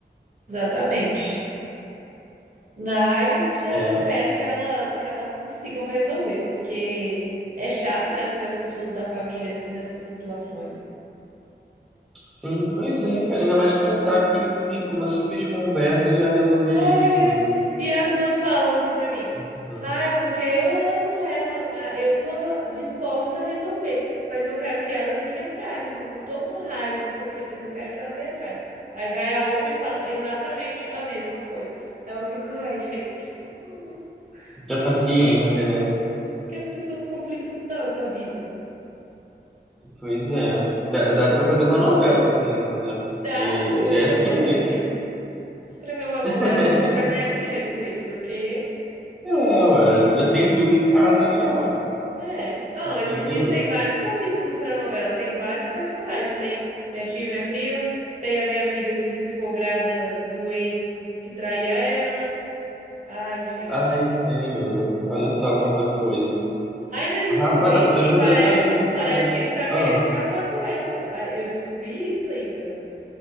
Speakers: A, on the right; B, in the centre.
A: exatamente. Mas eu
B: É,
A: espero que ela, que elas consigam resolver, porque é chato, né, se ver as pessoas da família assim nessas situações.
B: Sim, pois é, cara. Ainda mais que você sabe que, tipo, uma simples conversa já resolveria
A: É,
B: as coisas.
A: já resol... E as duas falam assim pra mim:
B: Sim.
A: "Ai, porque eu amo ela, mas eu tô disposta a resolver, mas eu quero que ela venha atrás. Eu não tô com raiva, não sei o quê, mas eu quero que ela venha atrás." Aí vai a outra e fala exatamente a mesma coisa. Aí eu fico: "Ai, gente, <laughs> por
B: Tinha
A: que
B: paciência,
A: as pessoas são, por
B: né?
A: que as pessoas complicam tanto a vida?"
B: Pois é. Dá, dá pra fazer uma novela com isso, né? Porque
A: Dá, eu vou
B: é
A: começar
B: assim
A: a escrever.
B: mesmo.
A: Escrever uma novela,
B: <laughs>
A: eu vou começar a ganhar dinheiro com isso, porque
B: É, mano. Já tem tudo em casa já, ó.
A: é. Ah,
B: Entendeu?
A: esses dias tem vários capítulos pra novela, tem vários personagens. Tem minha tia, e minha prima, tem a minha amiga que ficou grávida do ex que traía ela. Ai, gente.
B: Ai, senhor. Olha só quanta coisa.
A: Ainda descobri
B: Rapaz, dá pra você
A: que
B: fazer
A: parece,
B: uma, uma série.
A: parece que ele tá querendo
B: Ah,
A: casar com ela. Ah, Eu descobri isso ainda.